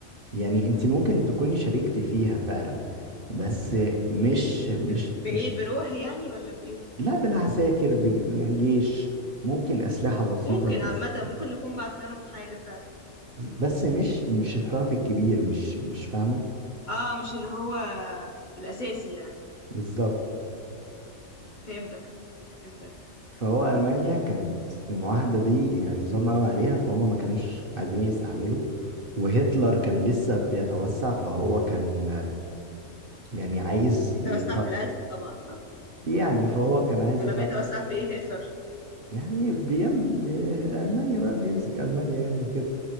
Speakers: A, on the right; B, on the left.
A: يعني انت ممكن تكوني شاركتي فيها فعلا بس مش مش
B: بال- بايه
A: مش
B: بروحي يعني ولا بايه
A: لا بالعساكر بج... يعني جيش ممكن أسلحة بسيطة
B: ممكن
A: بس
B: عامة ممكن نكون بعتنا لهم حاجة فعلا
A: بس مش مش الطرف الكبير مش مش فاهمة
B: اه مش اللي هو الأساسي يعني
A: بالظبط
B: فهمتك فهمتك
A: فهو ألمانيا كانت المعاهدة دي يعني ظلمة قوي عليها فهم ما كانوش قادرين يستحملوا وهتلر كان لسه بيتوسع فهو كان آه، يعني عايز
B: يتوسع
A: يخ...
B: في القتل طبعا صح
A: يعني فهو كان عايز
B: ولا
A: يخرج
B: بيتوسع في ايه هتلر
A: يعني بيم... بي... ألمانيا بقى بيمسك ألمانيا يعني وكده